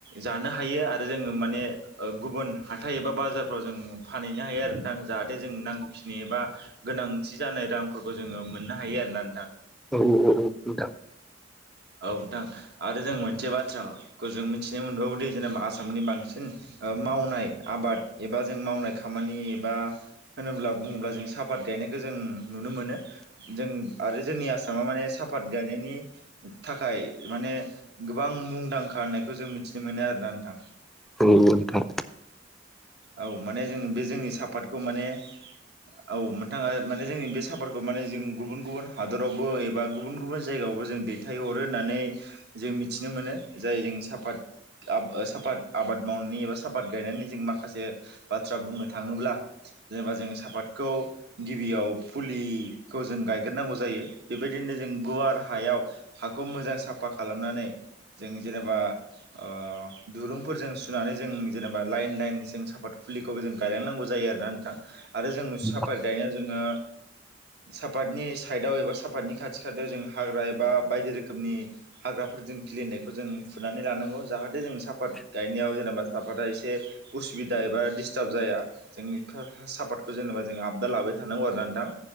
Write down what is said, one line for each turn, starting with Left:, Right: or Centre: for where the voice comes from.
Right: जानो हायो आरो जोंङो माने ओ गुबुन हाथाय एबा बाजारफ्राव जों फानहैनो हायो आरो ना जाहाथे जों नांगौखिनि एबा गोनांथि जानाय रांफोरखौ जोंङो मोननो हायो आरोना नोंथां।
Centre: औ औ औ औ नोंथां।
Right: औ नोंथां आरो जों मोनसे बाथ्राखौ जों मिथिनो मोनबावोदि जेनेबा आसामनि बांसिन मावनाय आबाद एबा जों मावनाय खामानि एबा होनोब्ला बुंङोब्ला जों साफात गायनायखौ जों नुनो मोनो। जों आरो जोंनि आसामा माने सापात गायनायनि थाखाय माने गोबां मुंदांखा होननायखौ जों मिथिनो मोनो आरोना नोंथां।
Centre: औ नोंथां औ नोंथां
Right: औ माने जों बे जोंनि साफातखौ माने औ नोंथाङा माने जोंनि बे साफातखौ माने जों गुबुन गुबुन हादरावबो एबा गुबुन गुबुन जायगायाव बो जों दैथाय हरो होननानै जों मिथिनो मोनो जाय जों सापात आब सापाद आबाद मावनानै एबा साफत गायनायनि जों माखासे बाथ्रा बुंनो थाङोब्ला जेनेबा जों साफातखौ गिबियाव फुलिखौ जों गायग्रोनांगौ जायो बेबायदिनो जों गुवार हायाव हाखौ मोजां साफा खालामनानै जों जेनेबा ओ दुरुंफोरजों सुनानै जों जेनेबा लाइन लाइन जों साफात फुलिखौबो जों गायलांनांगौ जायो आरोना नोंथां आरो जों सापात
Centre: औ
Right: गायनायाव जोङो सापातनि साइदआव एबा सापातनि खाथि खाथियाव जों हाग्रा एबा बायदि रोखोमनि हाग्राफोरजों खिलिनायखौ जों फुनानै लानांगौ जाहाथे जों साफात गायनायाव जेनेबा बा साफादआ इसे उसुबिदा एबा डिस्टार्ब जाया जों सापादखौ जेनेबा जों आपदा लाबाय थानांगौ आरो नोंथां।